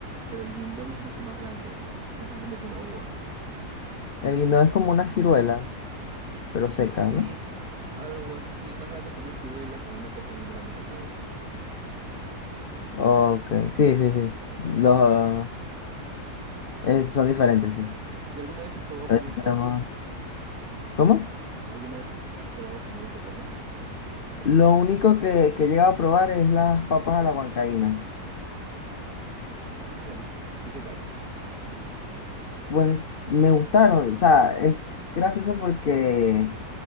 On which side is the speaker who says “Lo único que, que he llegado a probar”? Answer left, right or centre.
Left